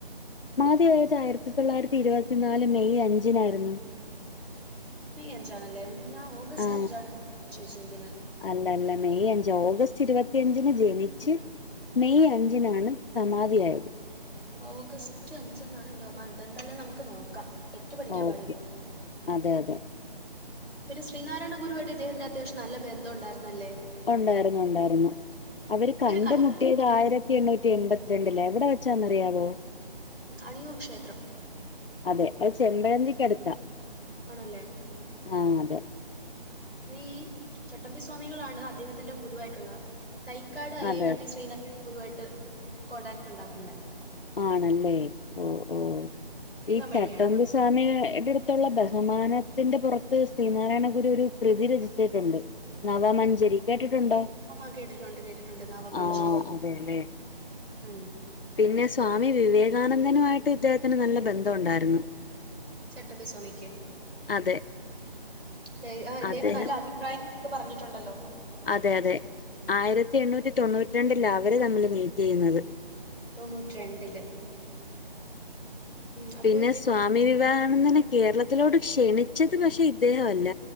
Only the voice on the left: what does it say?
അത് ആയിരത്തി തൊള്ളായിരത്തി ഇരുപത്തി നാല് മെയ് അഞ്ചിനായിരുന്നു
ആ
അല്ല അല്ല മെയ് അഞ്ച് ഓഗസ്റ്റ് ഇരുപത്തിയഞ്ചിന് ജനിച്ച്- മെയ് അഞ്ചിനാണ് സമാധിയായത്
ഓക്കെ
അതെ അതെ
ഒണ്ടായിരുന്നു ഒണ്ടായിരുന്നു അവര്
കണ്ട്
മുട്ടിയത് ആയിരത്തി എണ്ണൂറ്റി റ്റി എൺമ്പത്തി രണ്ട്ലാ എവിടെ വെച്ചാന്ന് അറിയാവോ?
അതെ അത് ചെമ്പഴന്തിക്ക് അട്ത്താ
ആഹ് അതെ
അതെ
ആണല്ലേ ഓ ഓ
ഈ ചട്ടമ്പി
സ്വമികളെ എടെ അട്ത്തുള്ള ബഹുമാനത്തിന്റെ പോറത്ത് ശ്രീനാരായണ ഗുരു ഒരു കൃതി രചിച്ചിട്ടുണ്ട് നവമഞ്ചരി കേട്ട്ട്ടുണ്ടോ?
ആഹ് അതെ ലെ
പിന്നെ സ്വാമി വിവേകാനന്ദനുമായിട്ട് ഇദ്ദേഹത്തിന് നല്ല ബന്ധം ഉണ്ടായിരുന്നു.
അതെ
അദ്ദേഹം
അതെ അതെ ആയിരത്തി എണ്ണൂറ്റി തൊണ്ണൂറ്റി രണ്ടിലാ അവര് തമ്മില് മീറ്റ് യ്യ്ന്നത്
പിന്നെ
സ്വാമി വിവേ ന്നെനെ കേരളത്തിലോട്ട് ക്ഷണിച്ചത് പക്ഷെ ഇദ്ദേഹ അല്ല.